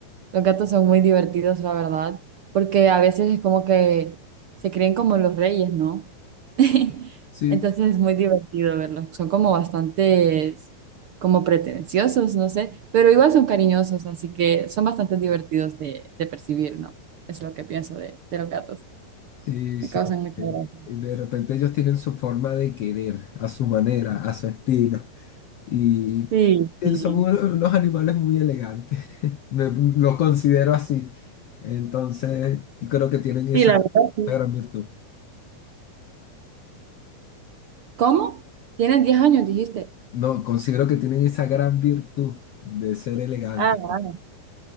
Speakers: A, on the right; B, on the left.
A: Los gatos son muy divertidos, la verdad, porque a veces es como que se creen como los reyes, ¿no? <laughs>
B: Sí,
A: Entonces es muy divertido verlos. Son como bastantes, como pretenciosos, no sé, pero igual son cariñosos, así que son bastante divertidos de, de percibir, ¿no? Es lo que pienso de, de los gatos.
B: sí,
A: Me
B: sí.
A: causan mucha
B: Eh,
A: gracia.
B: y de repente ellos tienen su forma de querer, a su manera, a su estilo. Y
A: Sí, sí.
B: son unos, unos animales muy elegantes. <laughs> Me- los considero así. Entonces, y creo que tienen esa
A: Sí, la verdad, sí.
B: esa gran virtud.
A: ¿Cómo? Tienes 10 años, dijiste.
B: No, considero que tienen esa gran virtud de ser elegantes.
A: Ah.